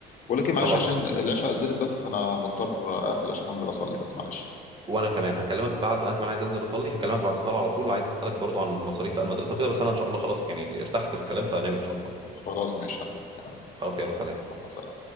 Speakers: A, on the left; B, on the right.
A: بقول لك ايه
B: خلاص
A: معلش عشان العشاء اذنت بس فانا مضطر اقفل عشان هنزل اصلي بس معلش
B: وانا كمان هكلمك بعد انا كمان عايز انزل اصلي هكلمك بعد الصلاه على طول عايز اسالك برضو عن مصاريف بقى المدرسه وكده بس انا ان شاء الله خلاص يعني ارتحت للكلام فناوي ان شاء الله
A: خلاص ماشي حبيبي يلا،
B: خلاص يلا سلام
A: مع السلامة